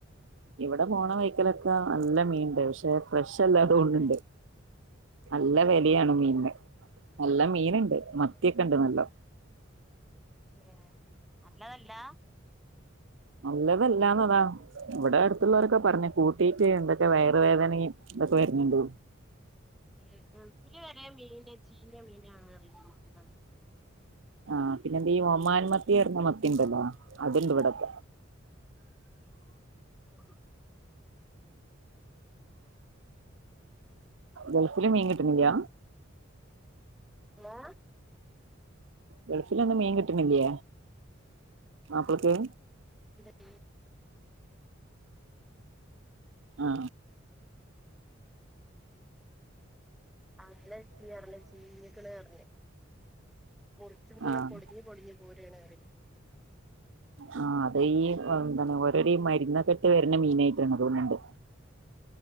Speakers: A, on the right; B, in the centre.
A: ഇവിടെ പോണ വൈക്കലൊക്കെ നല്ല മീണ്ട് പക്ഷെ ഫ്രഷ അല്ലാത തോണ് ണ്
B: ഏ
A: ണ്ട് നല്ല വെലിയാണ്
B: ഏ
A: മീൻന് നല്ല മീന് ണ്ട് മത്തിയൊക്കെണ്ട്
B: ഏ
A: നല്ലോ
B: ഏ നല്ലതല്ലാ
A: നല്ലതല്ലാന്ന അതാ ഇവിടെ അടുത്തുള്ളവരൊക്കെ പറഞ്ഞ് കൂട്ടിട്ട് എന്തൊക്കെ വയറ് വേദനിം ഇതൊക്കെ വരുന്നുണ്ട്
B: ഏ ഇത് വരെ മീന ചീഞ്ഞ മീനാണ് റഞ്ഞ്
A: ആഹ് പിന്നെ ഈ ഒമാൻ മത്തിയർണ മത്തി ത്തിണ്ടല്ലോ അതുണ്ട് ടപ്പ
B: <inaudible>
A: ഗൾഫില് മീൻ കിട്ടുന്നില്ല
B: ഹലോ
A: ഗൾഫിലൊന്നും മീൻ കിട്ടണില്ലേ പ്പൊക്കേ
B: പിന്നെ
A: ആ
B: അല്ല ത്തിറഞ്ഞഞ് ചീഞ്ഞിക് ണ് പറഞ്ഞു മുർച്ചുമ്പളെ
A: ആഹ്
B: പൊടിഞ്ഞ് പൊടിഞ്ഞ് പോ <inaudible>
A: ആ അത് ഈ എന്താണ് ഓരോര് ഈ മരുന്നൊകെട്ട് വരുന്ന മീനായിട്ടാണ് തോന്ന്ണ്ട്